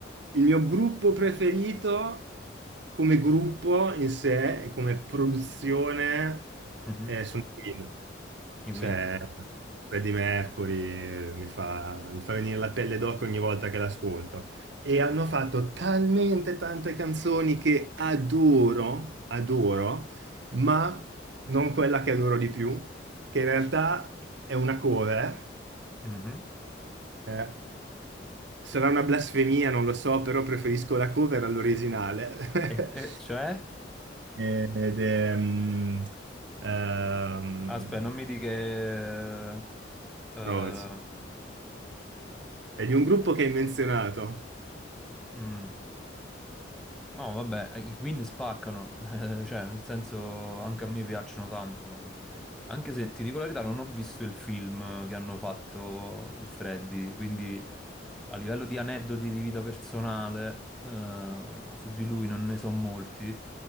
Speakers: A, on the right; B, in the centre.
A: il mio gruppo preferito come gruppo in sé e come produzione
B: mhm,
A: eh, sono i Queen.
B: I
A: Cioè,
B: Queen.
A: Freddie Mercury mi fa, mi fa venire la pelle d'oca ogni volta che l'ascolto. E hanno fatto talmente tante canzoni che adoro, adoro, ma non quella che adoro di più, che in realtà è una cover
B: mhm.
A: eh, Sarà una blasfemia, non lo so, però preferisco la cover all'originale.
B: E, e
A: <laughs>
B: cioè?
A: Ed è, mm, ehm,
B: Aspetta, non mi di che... eh,
A: Rovez. È di un gruppo che hai menzionato.
B: Mm. No, vabbè, eh, i Queen spaccano, <laughs> eh, cioè, nel senso, anche a me piacciono tanto. Anche se, ti dico la verità, non ho visto il film che hanno fatto su Freddy, quindi a livello di aneddoti di vita personale, eh, su di lui non ne so molti,